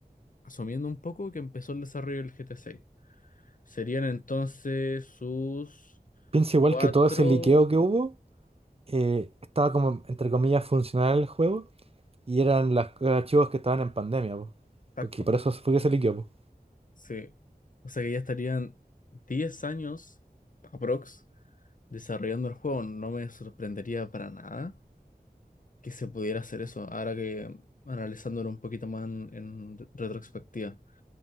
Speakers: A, on the left; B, on the right.
A: asumiendo un poco que empezó el desarrollo del GT seis Serían entonces sus
B: Piensa igual
A: cuatro...
B: que todo ese liqueo que hubo, eh, estaba como, entre comillas, funcional el juego y eran los archivos que estaban en pandemia, po.
A: Tacto.
B: Porque por eso fue que se liqueó, po.
A: Sí. O sea que ya estarían 10 años, aprox, desarrollando el juego. No me sorprendería para nada que se pudiera hacer eso, ahora que analizándolo un poquito más en en retrospectiva.